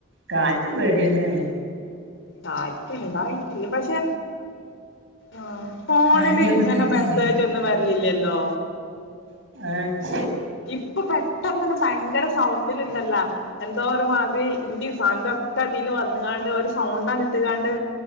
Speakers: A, on the right; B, on the left.
A: കാറ്റും പേടിയന്നെയാണ്
B: കാറ്റ്ണ്ടായി ല്ല പക്ഷെ ആഹ് ഫോൺല്
A: പനിയൊക്കെ
B: ഇങ്ങനെ
A: ഉണ്ടായിട്ടേ
B: മെസേജൊന്നും വെര് ലില്ലല്ലോ
A: ഏഹ്
B: ഇപ്പൊ പെട്ടെന്നണ് ഭയങ്കര സൗണ്ടിൽ ഇണ്ടല്ലോ എന്തോരുമാതിരി ഇന്റി ഫന്റോക്കെ ഇതിൽ വന്ന്ങ്ങാണ്ട് ഒരു സൗണ്ട് അണ്ട്ട്ട്കാണ്ട്